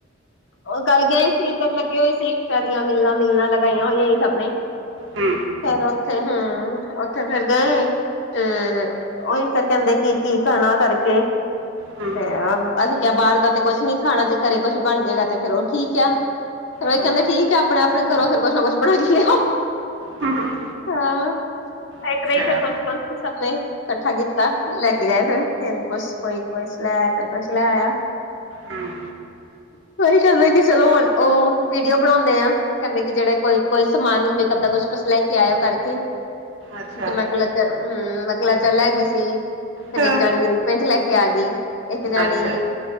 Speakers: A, on the left; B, on the right.
A: ਉਹ ਕੱਲ ਗਏ ਹੀ ਸੀ, ਇੱਧਰ ਲੱਗੇ ਹੋਏ ਸੀ, ਚੜੀਆਂ ਮਿਲਾਂ ਮਿਲਾਂ ਲਗਾਈਆਂ ਹੋਈਆਂ ਸੀ ਸਭਣੇ।
B: ਹੂ
A: ਫੇਰ ਉੱਥੇ, ਹਮ ਉੱਥੇ ਫੇਰ ਗਏ। ਤੇ ਉਹੀ ਫੇਰ ਕਹਿੰਦੇ ਕੀ -ਕੀ ਖਾਣਾ ਕਰਕੇ।
B: ਹੂੰ ਹੂੰ,
A: ਤੇ ਅਸੀਂ ਕਿਹਾ ਬਾਹਰ ਦਾ ਤੇ ਕੁਛ ਨੀ ਖਾਣਾ ਜੇ ਘਰੇ ਕੁਛ ਬਣ ਜਾਏਗਾ ਤੇ ਫੇਰ ਉਹ ਠੀਕ ਆ। ਫਿਰ ੳਹੀ
B: ਹੂੰ,
A: ਕਹਿੰਦੇ ਠੀਕ ਏ ਆਪਣੇ -ਆਪਣੇ ਘਰੋਂ ਫੇਰ ਕੁਛ ਨਾ ਕੁਛ ਬਣਾ ਕੇ ਲਿਆਓ।
B: ਹੂੰ।
A: ਹਾਂ ਇਸ
B: ਅੱਛਾ
A: ਤਰਾਂ ਕੁਛ ਨਾ ਕੁਛ ਕੁ ਸਭ ਨੇ ਇਕੱਠਾ ਕੀਤਾ ਲੈ ਕੇ ਗਏ ਫੇਰ ਕੁਛ ਕੋਈ ਕੁਛ ਲੈ ਆਇਆ ਕੋਈ ਕੁਛ ਲੈ ਆਇਆ?
B: ਹੂੰ
A: ਉਹੀ ਕਰਦਾ ਕਿ ਚਲੋ ਉਹ ਵੀਡੀਓ ਬਣਾਉਂਦੇ ਆ। ਕਹਿੰਦੇ ਕਿ ਜਿਹੜਾ ਕੋਈ- ਕੋਈ ਸਮਾਨ ਮੇਕਅਪ ਦਾ ਕੁਛ- ਕੁਛ ਲੈ ਕੇ ਆਇਓ ਕਰਕੇ,
B: ਅੱਛਾ
A: ਤੇ ਮੈਂ ਕਹਿਲ ਚ ਹਮ ਮੈਂ ਕਲਚਰ ਲੈ ਗਈ ਸੀ ਫਿਰ
B: ਹਾਂ,
A: ਇੱਕ ਜਾਣੀ ਨੇਲਪੈਂਟ ਲੈ ਕੇ ਆ ਗਈ। ਇੱਕ ਜਾਣੀ,
B: ਅੱਛਾ